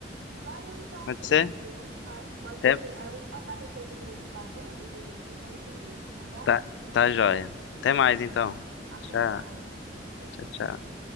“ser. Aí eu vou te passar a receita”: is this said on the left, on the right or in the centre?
Right